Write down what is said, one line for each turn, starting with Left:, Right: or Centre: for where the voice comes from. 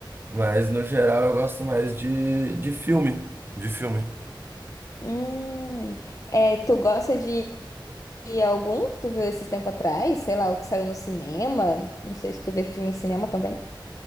Right: Mas, no geral, eu gosto mais de, de filme. De filme.
Left: Hum. É, tu gosta de de algum que tu viu esses tempo atrás? Sei lá, o que saiu no cinema? Não sei se tu vê filme em cinema também.